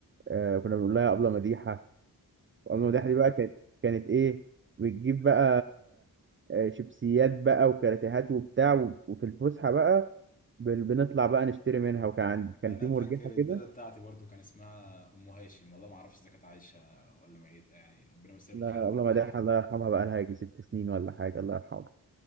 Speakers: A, on the right; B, on the left.
A: آه، كنا بنقول لها ابله مديحه وابله
B: امم
A: مداح دي بقى كانت كانت ايه بتجيب بقى آه، شيبسيات بقى وكراتيهات وبتاع و- وفي الفسحه بقى بن- بنطلع بقى نشتري منها وكان عند كان
B: انا
A: في مرجحه
B: فاكر الداده
A: كده
B: بتاعتي برضو كان اسمها ام هاشم والله ما اعرفش اذا كانت عايشه ولا ميته يعني ربنا يمسيها
A: لا
B: بالخير وربنا
A: ابله مداح
B: يرحمها
A: الله يرحمها بقى لها يجي ست سنين ولا حاجه الله يرحمها